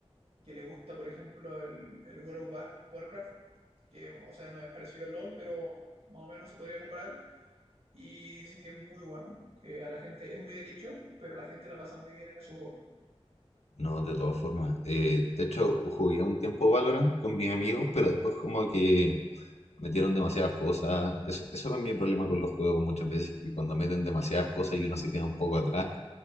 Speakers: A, on the right; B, on the left.
A: que le gusta, por ejemplo, el, el World of War- Warcraft, que, o sea, no es parecido al LOL, pero más o menos se podría comparar. Y dicen que es muy bueno, que a la gente es muy de nicho, pero la gente la pasa muy bien en esos juegos.
B: No, de todas formas. Eh, de hecho, jugué un tiempo Valorant con mis amigos, pero después como que metieron demasiadas cosas. Eso, eso es mi problema con los juegos muchas veces, que cuando meten demasiadas cosas y uno se queda un poco atrás,